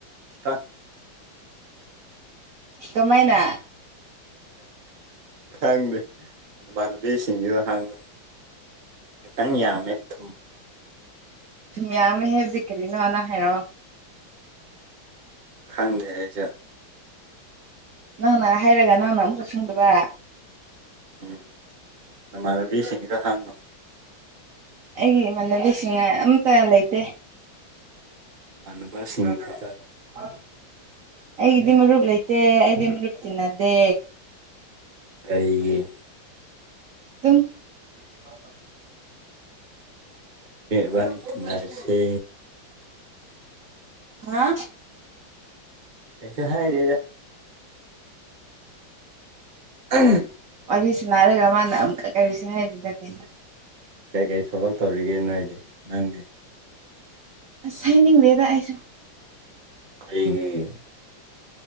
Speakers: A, on the right (about 30°); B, on the right (about 60°).
A: ꯈꯤꯇꯪ
B: ꯀꯃꯥꯏꯅ
A: ꯈꯪꯗꯦ ꯏꯃꯥꯟꯅꯕꯤꯁꯤꯡꯁꯤꯗ ꯍꯥꯡꯉꯨ ꯈꯤꯇꯪ ꯌꯥꯃꯦ ꯊꯨꯝ
B: ꯌꯥ ꯑꯃ ꯍꯥꯏꯕꯗꯤ ꯀꯔꯤꯅꯣꯅ ꯍꯥꯏꯔꯛꯑꯣ
A: ꯈꯪꯗꯦ ꯍꯥꯏꯁ
B: ꯅꯪꯅ ꯍꯥꯏꯔꯒ ꯅꯪꯅ ꯑꯃꯨꯛꯀ ꯁꯪꯗꯕ
A: ꯎꯝ ꯅꯃꯥꯟꯅꯕꯤꯁꯤꯡꯒ ꯍꯪꯉꯣ
B: ꯑꯩꯒꯤ ꯏꯃꯥꯟꯅꯕꯤꯁꯤꯡ ꯑꯝꯇ ꯂꯩꯇꯦ
A: ꯃꯅꯕꯁꯤꯡ ꯈ ꯇꯔꯣ
B: ꯑ ꯑꯩꯒꯤꯗꯤꯃꯔꯨꯞ ꯂꯩꯇꯦ ꯑꯩꯗꯤꯃꯔꯨꯞꯨꯞ ꯇꯤꯟꯅꯗꯦ
A: ꯂꯩꯩꯒ
B: <inaudible>
A: ꯕꯥꯅꯤꯟꯅꯔꯁꯦ
B: ꯍꯥ
A: ꯄꯩꯁꯗꯗ ꯑꯝ
B: ꯋꯥꯔꯤꯁꯤ ꯅꯥꯔꯒ ꯃꯥꯅ ꯑꯃꯨꯛꯀ ꯀꯔꯤꯁꯦ ꯍꯥꯏꯔꯤꯗ ꯀꯩꯅꯣ
A: ꯀꯩꯀꯩ ꯊꯕꯛ ꯇꯧꯔꯤꯒꯦ ꯅꯣꯏꯗꯤ ꯅꯪꯗꯤ
B: ꯁꯥꯏꯅꯤꯡ ꯂꯩꯦꯗ ꯑꯩꯁꯨ
A: ꯀꯩꯅꯤ <inaudible>